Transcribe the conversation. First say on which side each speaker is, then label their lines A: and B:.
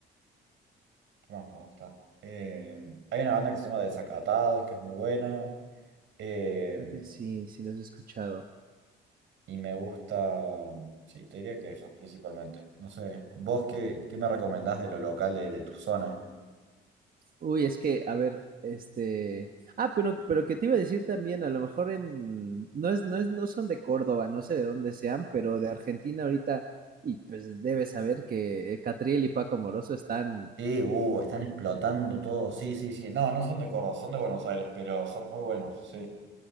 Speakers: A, on the right; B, on the right.
A: ¿qué más me gusta? Eh, hay una banda que se llama Desacatados, que es muy buena, eh,
B: Creo que sí, sí los he escuchado.
A: y me gusta, sí, te diría que esos principalmente. No sé, ¿vos qué, qué me recomendás de lo local de, de tu zona?
B: Uy, es que, a ver, este. Ah, pero, pero que te iba a decir también, a lo mejor en. No es, no es, no son de Córdoba, no sé de dónde sean, pero de Argentina ahorita, y pues debes saber que Catriel y Paco Moroso están.
A: Sí, uh, están explotando todo, sí, sí, sí. No, no son de Córdoba, son de Buenos Aires, pero son muy buenos, sí.